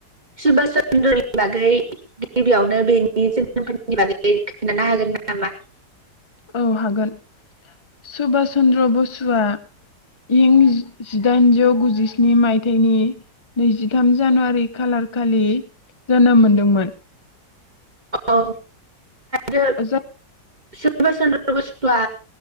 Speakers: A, on the right (about 25°); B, on the left (about 25°).
A: सुभाास चन्द्रनि बागै गिबियावनो बेनि जोनोमफोरनि बागै खोनथानो हागोन नामा?
B: औ हागोन सुभास चन्द्र बसुआ इं जिदाइनजौ गुजिस्नि मायथायाइनि नैजिथाम जानुवारि खालारखालि जोनोम मोनदोंमोन।
A: औ ज
B: जाय
A: सभास चन्द्र बसुआ